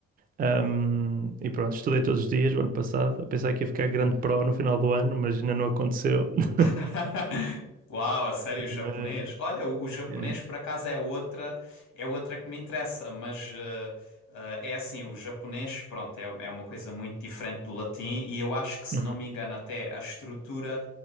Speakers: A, on the right (about 30°); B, on the left (about 70°).
A: Ahm, e pronto, estudei todos os dias, o ano passado, a pensar que ia ficar grande pro no final do ano, mas ainda não aconteceu. <laughs>
B: <laughs> Uau, a sério, japonês?
A: Mas,
B: Olha, o, o japonês
A: é.
B: por acaso é outra, é outra que me interessa, mas eh, eh, é assim, o japonês, pronto, é, é uma coisa muito diferente do latim e eu acho que, se
A: Uhum.
B: não me engano, até a estrutura